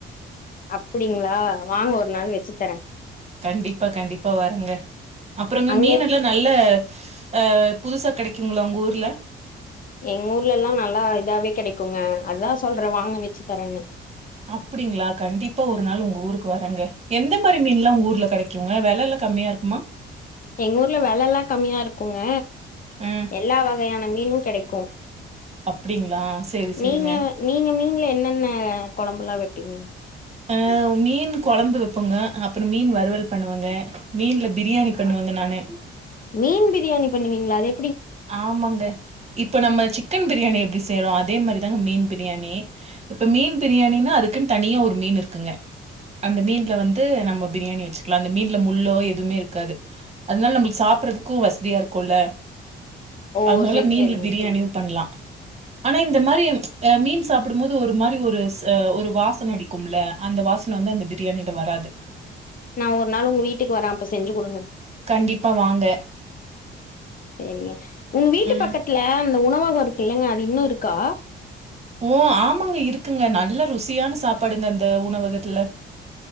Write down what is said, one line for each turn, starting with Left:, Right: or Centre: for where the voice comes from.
Left: அப்டிங்களா வாங்க ஒரு நாள் வச்சு தரே
Right: கண்டிப்பா கண்டிப்பா வரங்க அப்பறங்க
Left: அங்க
Right: மீன் எல்லா நல்ல ஆ புதுசா கெடைக்குங்கள உங்க ஊர்ல
Left: எங்க ஊர்ல எல்லா நல்லா இதாவே கெடைக்குங்க அதா சொல்றே வாங்க வச்சு தரேன்னு
Right: அப்டிங்களா கண்டிப்பா ஒரு நாள் உங்க ஊருக்கு வரங்க எந்த மாரி மீன்ல்லா உங்க ஊர்ல கெடைக் குங்க வெலல்லா கம்மியா இருக்குமா
Left: எங்க ஊர்ல வெலல்லா கம்மியா இருக்குங்க
Right: ஆ
Left: எல்லா வகையான மீனு கெடைக்கு
Right: அப்டிங்களா செரி
Left: நீங்க
Right: செரிங்க
Left: நீங்க மீன்ல என்னென்ன கொழம்புலா வெப்பீங்க
Right: ஆ மீன் கொழம்பு வெப்போங்க அப்றோ மீன் வறுவல் பண்ணுவங்க மீன்ல பிரியாணி பண்ணுவங்க நானு
Left: மீன் பிரியாணி பண்ணுவீங்ளா அதே
Right: ஆமாங்க இப்ப நம்ம சிக்கன் பிரியாணி எப்டி செய்றோ அதே மாரிதாங்க மீன் பிரியாணி இப்ப மீன் பிரியாணினா அதுக்குன் தனியா ஒரு மீன் இருக்குங்க அந்த மீன்ல வந்து நம்ம பிரியாணி வச்சுக்கலா அந்த மீன்ல முள்ளோ எதுமே இருக்காது அதனால நம்ளுக்கு சாப்பறதுக்கு வசதியா இருக்குல
Left: ஓ
Right: அதனால
Left: செரி
Right: மீன்ல
Left: செரிங்க
Right: பிரியாணியு பண்லா அனா இந்த மாரி அ மீன் சாப்டும் போது ஒரு மாரி ஒரு ச ஒரு வாசன அடிக்கும்ல அந்த வாசன வந்து அந்த பிரியாணிட்ட வராது
Left: நா ஒரு நாள் உங்க வீட்டுக்கு வரே அப்ப செஞ்சு குடுங்க
Right: கண்டிப்பாக வாங்க
Left: சரிங்க உங்க வீட்டு
Right: ம்
Left: பக்கத்துல அந்த உணவாக இருக்குல்லைங்க அது இன்னு இருக்கா
Right: ஓ ஆமாங்க இருக்குங்க நல்ல ருசியான சாப்பாடுங்க அந்த உணவகத்துல